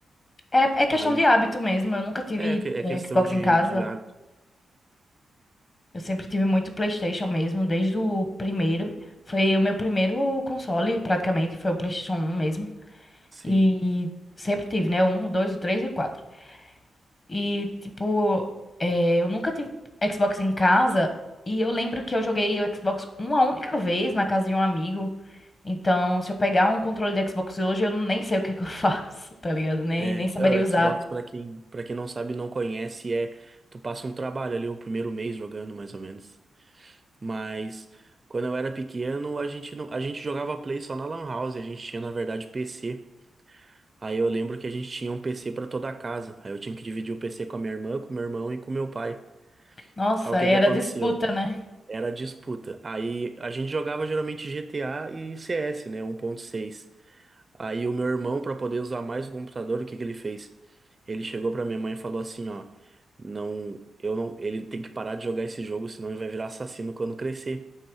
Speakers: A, on the left; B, on the right.
A: É, é questão
B: Aí
A: de hábito mesmo. Eu nunca tive
B: é, que- é
A: eh,
B: questão
A: Xbox
B: de,
A: em casa.
B: de hábito.
A: Eu sempre tive muito PlayStation mesmo, desde o primeiro. Foi o meu primeiro console, praticamente, foi o PlayStation um mesmo.
B: Sim.
A: E sempre tive, né? O 1, o 2, o 3 e o 4. E, tipo, é, eu nunca tive Xbox em casa. E eu lembro que eu joguei o Xbox uma única vez na casa de um amigo. Então, se eu pegar um controle de Xbox hoje, eu nem sei o que que eu <laughs> faço, tá ligado? Nem,
B: É,
A: nem saberia
B: é, o
A: usar.
B: Xbox, pra quem, para quem não sabe, não conhece, é tu passa um trabalho ali o primeiro mês jogando, mais ou menos. Mas quando eu era pequeno, a gente não, a gente jogava Play só na Lan House, a gente tinha na verdade PC. Aí eu lembro que a gente tinha um PC pra toda a casa. Aí eu tinha que dividir o PC com a minha irmã, com meu irmão e com meu pai.
A: Nossa,
B: Aí o que
A: aí era
B: que aconteceu?
A: disputa, né?
B: Era disputa. Aí a gente jogava geralmente GTA e CS, né, Um ponto seis. Aí o meu irmão, para poder usar mais o computador, o que que ele fez? Ele chegou para minha mãe e falou assim, ó, não, eu não, ele tem que parar de jogar esse jogo, senão ele vai virar assassino quando crescer.